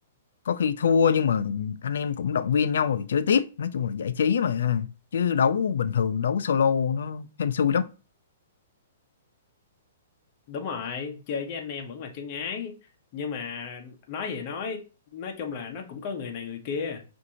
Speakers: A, on the left; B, on the left.
A: có khi thua nhưng mà anh em cũng động viên nhau rồi chơi tiếp nói chung là giải trí mà chứ đấu bình thường đấu solo nó hên xui lắm
B: đúng rồi chơi với anh em vẫn là chân ái nhưng mà nói gì nói nói chung là nó cũng có người này người kia